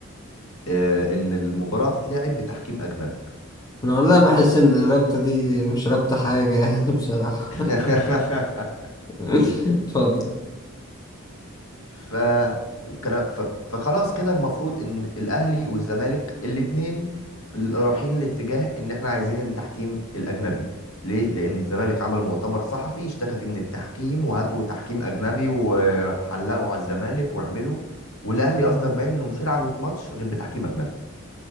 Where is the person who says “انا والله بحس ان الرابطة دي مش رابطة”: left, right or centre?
Left